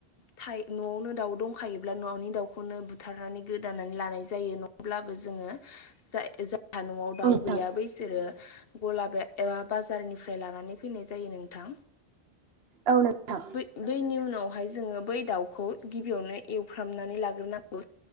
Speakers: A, on the left (about 65°); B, on the right (about 70°).
A: थायो न'आवनो दाउ दंखायोब्ला न'नि दाउखौनो ब थारनानै गोदानानै लानाय जायो नङब्लाबो जोङो जाय -जाय हा न'आव दाउ
B: औ नोंथां
A: गैया बैसोरो गला एबा बाजारनिफ्राय लानानै फैनाय जायो नोंथां
B: औ नोंथां
A: बै -बैनि उनावहाय जोङो बै दाउखौ गिबियावनो एवफ्रामनानै लाग्रोनांगौ।